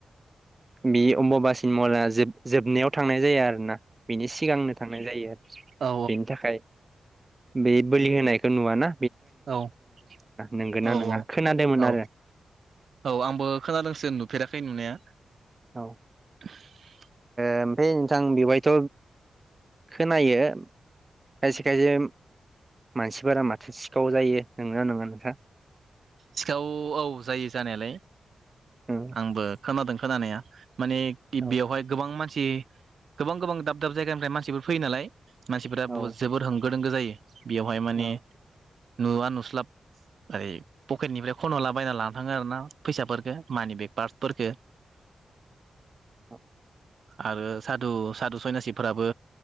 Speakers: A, on the right; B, on the right.
A: बे अम्बुबासिन मला जोब जोबनायाव थांनाय जाया आरो ना बेनि सिगांनो थांनाय जायो आरो
B: औ
A: बेनि थाखाय बे बोलि होनाय खौ नुआ ना
B: औ औ
A: नंगोना
B: औ
A: नङा खोनादोंमोन
B: औ
A: आरो
B: औ आंबो खोनादोंसो नुफेराखै नुनाया
A: औ ओ
B: <unintelligible>
A: ओमफ्राय नोंथां बेवहायथ खोनायो खायसे खायसे मानसिफोरा माथो सिखाव जायो नोंगौना नंङा नोंथा
B: सिखाव औ जायो जानायालाय
A: उम
B: आंबो खोनादों खोनानाया माने
A: औ
B: बेवहाय गोबां मानसि मानसि गोबां गोबां दाब दाब जायगानिफ्राय मानसिफोर फैयो नालाय मानसिफोरा
A: औ
B: जोबोद होंगो दोंगो जायो बेयावहाय माने
A: औ
B: नुवा नुस्लाब ओरै पकेटनिफ्राय खन हरला बायना लानो थांङो आरोना फैसाफोरखो मानि बेग पार्फोरफोरखौ
A: औ
B: आरो सादु सादु सयनासिफोराबो